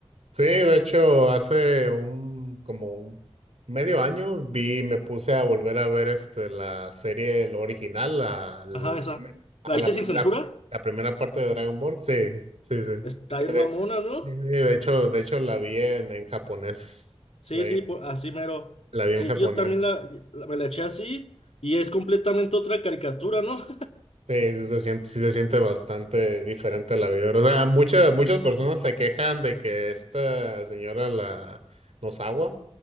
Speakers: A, on the right (about 80°); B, on the left (about 70°).
A: Sí, de hecho, hace un como un medio año vi, me puse a volver a ver este la serie, la original, la, la,
B: Ajá, esa.
A: ajá,
B: ¿La viste
A: la, primera
B: sin censura?
A: la- primera parte de Dragon Ball. Sí, sí, sí.
B: Está bien
A: Sí, De,
B: mamona, ¿no?
A: sí, sí, de hecho, de hecho la vi en, en japonés.
B: Sí,
A: La, vi
B: sí, po- así mero.
A: la vi
B: Sí,
A: en japonés.
B: yo también la, la- me la eché así y es completamente otra caricatura, ¿no?
A: Sí, sí se siente, sí se siente bastante diferente la vida. O sea, muchas, muchas personas se quejan de que esta señora la nos agua